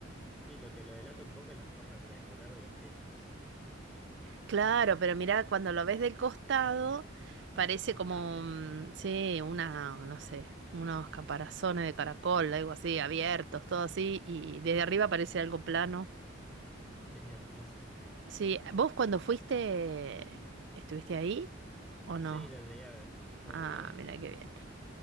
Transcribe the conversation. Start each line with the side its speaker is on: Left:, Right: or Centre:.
Centre: y lo que lo delata un poco es la forma triangular de los techos.
Right: Claro, pero mira, cuando lo ves del costado, parece como,
Centre: Cambia.
Right: mm, sí, una, no sé, unos caparazones de caracol, algo así, abiertos, todo así, y desde arriba parece algo plano.
Centre: Es hermosa esa construcción.
Right: Sí, ¿vos cuando fuiste, estuviste ahí
Centre: L-
Right: o
Centre: Sí,
Right: no?
Centre: la llegué a ver. La
Right: Ah,
Centre: llegué a ver.
Right: mira qué bien.